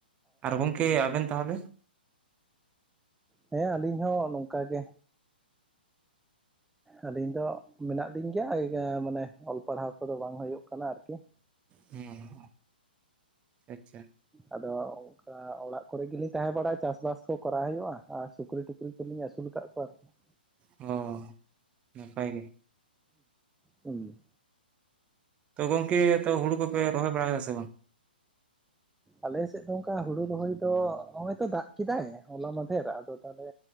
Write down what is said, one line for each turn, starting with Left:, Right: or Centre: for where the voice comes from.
Right: ᱟᱨ ᱜᱚᱝᱠᱮ ᱟᱵᱮᱱ ᱛᱟᱦᱚᱞᱮ?
Centre: ᱦᱮᱸ ᱟᱹᱞᱤᱧ ᱦᱚᱸ ᱱᱚᱝᱠᱟ ᱜᱮ ᱟᱹᱞᱤᱧ ᱫᱚ ᱢᱮᱱᱟᱜ ᱞᱤᱧ ᱜᱮᱭᱟ ᱢᱟᱱᱮ ᱚᱞ ᱯᱟᱲᱦᱟᱣ ᱠᱚᱫᱚ ᱵᱟᱝ ᱦᱩᱭᱩᱜ ᱠᱟᱱᱟ ᱟᱨᱠᱤ ᱾
Right: ᱦᱮᱸ ᱟᱪᱪᱷᱟ
Centre: ᱟᱫᱚ ᱚᱱᱠᱟ ᱚᱲᱟᱜ ᱠᱚᱨᱮ ᱜᱮᱞᱤᱧ ᱛᱟᱦᱮᱸ ᱵᱟᱲᱟᱜᱼᱟ ᱪᱟᱥ-ᱵᱟᱥ ᱠᱚ ᱠᱚᱨᱟᱣ ᱦᱩᱭᱩᱜᱼᱟ ᱟᱨ ᱥᱩᱠᱨᱤᱼᱴᱩᱠᱨᱤ ᱠᱚᱞᱤᱧ ᱟᱹᱥᱩᱞ ᱠᱫ ᱠᱚᱣᱟ ᱟᱨᱠᱤ ᱾
Right: ᱚ ᱱᱟᱯᱟᱭ ᱜᱮ
Centre: ᱦᱩᱸ
Right: ᱛᱚ ᱜᱚᱝᱠᱮ ᱛᱚ ᱦᱩᱲᱩ ᱠᱚᱯᱮ ᱨᱚᱦᱚᱭ ᱵᱟᱲᱟᱭᱟ ᱥᱮ ᱵᱟᱝ?
Centre: ᱟᱞᱮᱥᱮᱫ ᱫᱚ ᱚᱱᱠᱟ ᱦᱩᱲᱩ ᱨᱚᱦᱚᱭ ᱫᱚ ᱱᱚᱜᱚᱭ ᱛᱚ ᱫᱟᱜ ᱠᱮᱫᱟᱭ ᱦᱚᱞᱟ ᱢᱟᱫᱷᱮᱨ ᱟᱫᱚ ᱛᱟᱦᱚᱞᱮ